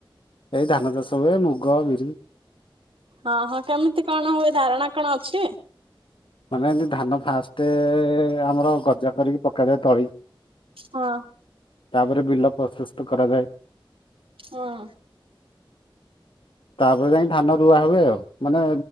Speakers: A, on the left; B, on the right.
A: ଏଇ ଧାନ ଚାଷ ହୁଏ ମୁଗ, ବିରି।
B: ହଁ ହଁ କେମିତି କଣ ହୁଏ ଧାରଣା କଣ ଅଛି?
A: ମାନେ ଏମିତି ଧାନ ଫାଷ୍ଟ ଆମର ଗଜା କରିକି ପକାଯାଏ ତଳି
B: ହଁ।
A: ତାପରେ ବିଲ ପ୍ରସ୍ତୁତ କରାଯାଏ।
B: ହଁ।
A: ତାପରେ ଯାଇକି ଧାନ ରୁଆ ହୁଏ ଆଉ ମାନେ